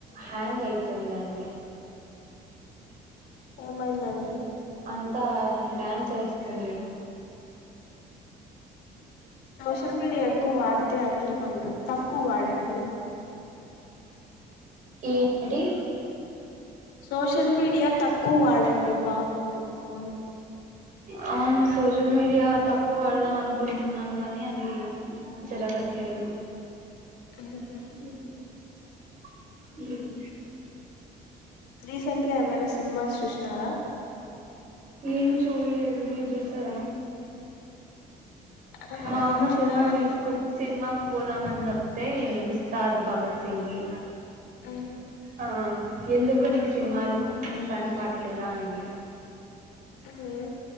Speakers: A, on the right; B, on the left.
A: హ్యాంగ్ అయితుందండి.
B: ఏమైందండి
A: అంతా డ్యాన్స్ ఏస్తుంది.
B: సోషల్ మీడియా ఎక్కువ వాడితే అట్లే ఉంటుంది తక్కువ వాడండి.
A: ఏంటి
B: సోషల్ మీడియా తక్ క్కువ వాడండి బాగుంటుంది ఫోను
A: అవును సోషల్ మీడియా తక్కువ వాడదాం అనుకుంటున్నాను గాని అది జరగట్లేదు.
B: మ్మ్
A: ఉ ఉ
B: రీసెంట్గా ఏమైనా సినిమాస్ చూశినారా
A: ఏమి చూడలేదు మీరు చూసారా
B: ఆ
A: మా అమ్మ
B: నేను
A: సినిమాకి
B: చూడాలని
A: తీసుకో సినిమాకి పోదాము అని చెప్ తే ఉస్తాద్ భగత్ సింగ్ కి
B: మ్మ్
A: ఆ ఎందుకు నీకు సినిమాలు ఏం పని పాటలేదా అనింది
B: హు